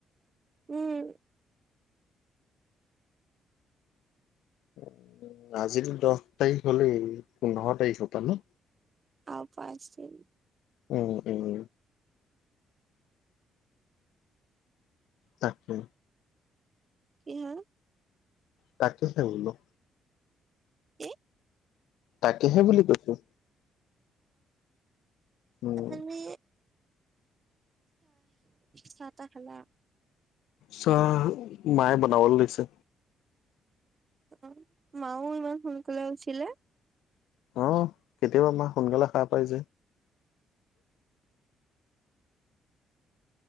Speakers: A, on the right; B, on the left.
A: উম।
B: উম, আজিটো দহ তাৰিখ হলেই, পোন্ধৰ তাৰিখৰ পৰা ন?
A: আৰু পাঁচদিন।
B: উম উম তাকে।
A: কি হা?
B: তাকে হে বোলোঁ।
A: কি?
B: তাকেহে বুলি কৈছোঁ। উম
A: আমি চা-তা খালা?
B: চাহ, মায়ে বনাবলে লৈছে।
A: অ', মাও ইমান সোনকালে উঠিলে?
B: অ কেতিয়াবা মা সোনকালে সা পাই যে।